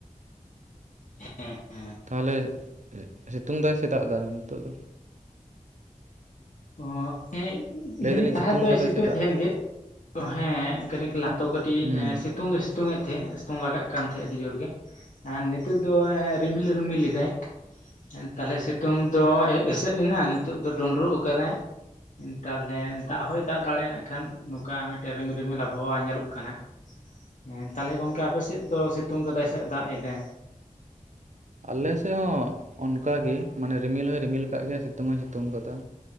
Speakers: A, on the left; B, on the right.
A: ᱦᱮᱸ ᱦᱮᱸ
B: ᱛᱟᱦᱚᱞᱮ ᱥᱤᱛᱩᱝ ᱮᱫᱟᱭ ᱥᱮ ᱫᱟᱜ ᱮᱫᱟ ᱱᱤᱛᱚᱜ ᱫᱚ?
A: ᱚ ᱦᱮᱸ
B: ᱞᱟᱹᱭ
A: ᱜᱷᱟᱹᱱᱤᱠ
B: ᱫᱟᱞᱤᱧ
A: ᱞᱟᱦᱟ ᱫᱚᱭ
B: ᱠᱟᱫᱟᱭ
A: ᱥᱤᱛᱩᱝ
B: ᱥᱮ
A: ᱮᱫ
B: ᱫᱟᱜ
A: ᱛᱟᱦᱮᱱ ᱜᱮ ᱦᱮᱸ ᱜᱟᱹᱱᱤᱠ ᱞᱟᱦᱟ ᱫᱚ ᱠᱟᱹᱴᱤᱡ᱾
B: ᱦᱩᱸ
A: <inaudible> ᱮᱸ ᱥᱤᱛᱩᱝ ᱫᱚᱭ ᱥᱤᱛᱩᱝ ᱮᱫ ᱛᱟᱦᱮᱜ ᱥᱤᱛᱩᱝ ᱞᱟᱜᱟᱜ ᱠᱟᱱ ᱛᱟᱦᱮᱜ ᱟᱹᱰᱤ ᱡᱳᱨ ᱜᱮ᱾ ᱟᱨ ᱱᱤᱛᱳᱜ ᱫᱚ ᱨᱤᱢᱤᱞ ᱨᱤᱢᱤᱞ ᱮᱫᱟᱭ᱾ ᱦᱮᱸ ᱛᱟᱦᱚᱞᱮ ᱥᱤᱛᱩᱝ ᱫᱚ ᱮᱥᱮᱫ ᱮᱱᱟ ᱱᱤᱛᱚᱜ ᱫᱚ ᱰᱩᱸᱰᱨᱩᱜ ᱠᱟᱫᱟᱭ, ᱛᱟᱦᱚᱞᱮ ᱫᱟᱜ ᱦᱚᱸᱭ ᱫᱟᱜ ᱦᱚᱭ ᱫᱟᱜ ᱫᱟᱲᱮᱭᱟᱜᱼᱟ ᱱᱟᱜ ᱠᱷᱟᱱ᱾ ᱚᱱᱠᱟ ᱢᱤᱫᱴᱮᱱ ᱨᱤᱢᱤᱞ ᱨᱤᱢᱤᱞ ᱟᱵᱚᱦᱟᱣᱟ ᱧᱮᱞᱚᱜ ᱠᱟᱱᱟ᱾ ᱦᱮᱸ ᱛᱟᱦᱚᱞᱮ ᱜᱚᱝᱠᱮ ᱟᱯᱮᱥᱮᱫ ᱫᱚ ᱥᱤᱛᱩᱝ ᱠᱟᱫᱟᱭ ᱥᱮ ᱫᱟᱜ ᱮᱫᱟᱭ?
B: ᱟᱞᱮᱥᱮᱫ ᱦᱚᱸ ᱚᱱᱠᱟᱜᱮ, ᱢᱟᱱᱮ ᱨᱤᱢᱤᱞ ᱦᱚᱭ ᱨᱤᱢᱤᱞ ᱟᱠᱟᱫ ᱜᱮᱭᱟ ᱥᱤᱛᱩᱝ ᱦᱚᱭ ᱥᱤᱛᱩᱝ ᱠᱟᱫᱟ᱾